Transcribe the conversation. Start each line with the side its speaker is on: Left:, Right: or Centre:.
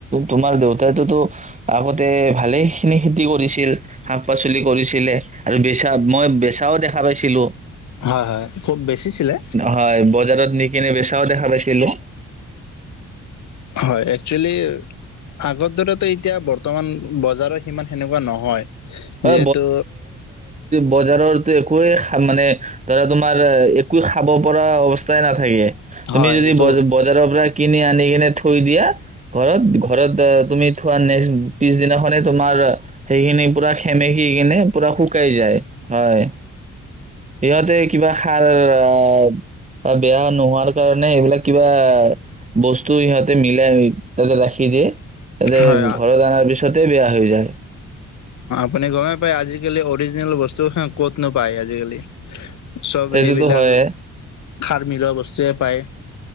Right: তোমাৰ দেউতাইটোতো আগতে ভালে খিনি খেতি কৰিছিল। শাক পাচলি কৰিছিলে আৰু বেচা মই বেচাও দেখা পাইছো। কিলো
Left: হয়, হয় খুব বেছিছিলে
Right: হয়, বজাৰত নিকিনি বেচাও দেখা পাইছিলোঁ।
Left: হয় একচুৱেলি আগৰ দৰেতো এতিয়া বৰ্তমান বজাৰৰ সিমান সেনেকুৱা নহয়। যিহেতু
Right: <unintelligible> বজাৰত একোৱেই মানে ধৰা তোমাৰ একো খাব পৰা অৱস্থাই নাথাকে।
Left: হয়
Right: তুমি যদি
Left: এইটো
Right: বজাৰৰ পৰা কিনি আনি কিনে থৈ দিয়া ঘৰত ঘৰত অ তুমি থোৱা নেক্স পিছ দিনাখনে তোমাৰ সেইখিনি পুৰা সেমেকি কিনে পুৰা শুকাই যায়। হয়, ইহঁতে কিবা সাৰ অহ, আৰু বেয়া নোহোৱাৰ কাৰণে এইবিলাক কিবা বস্তু সিহঁতে মিলাই। তাতে ৰাখি দিয়ে, তাতে
Left: হয়
Right: ঘৰত অনাৰ পিছতে বেয়া হৈ যায়।
Left: আপুনি গমেই পায় আজিকালি অৰিজিনেল বস্তু হা ক'ত নো পায় আজিকালি। চব
Right: সেইটোতো
Left: সেইবিলাক
Right: হয়ে
Left: খাৰ মিলোৱা বস্তু। যে পায়